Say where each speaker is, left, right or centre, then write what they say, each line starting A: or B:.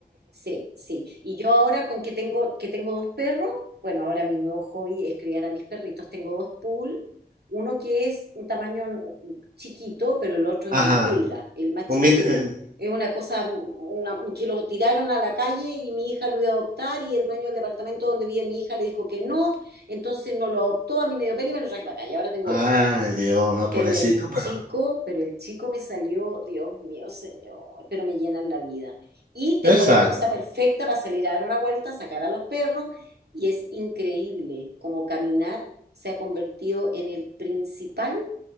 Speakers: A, on the right; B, on the right.
A: Sí, sí. Y yo ahora con que tengo, que tengo dos perros, bueno, ahora mi nuevo hobby es criar a mis perritos. Tengo dos pool, uno que es un tamaño mm, chiquito, pero el otro
B: Ajá.
A: es una pulga. El más
B: Un
A: chico
B: min-
A: tiene,
B: eh,
A: es una cosa una- que lo tiraron a la calle y mi hija lo iba a adoptar y el dueño del departamento donde vive mi hija le dijo que no, entonces no lo adoptó, a mí me dio pena y me lo traje para acá y ahora tengo
B: ay,
A: dos.
B: Dios, ah, pobrecito,
A: Pero el
B: pero...
A: chico, pero el chico me salió, Dios mío, señor, pero me llenan la vida. Y tengo
B: Exacto.
A: la excusa perfecta para salir a dar una vuelta, sacar a los perros, y es increíble cómo caminar se ha convertido en el principal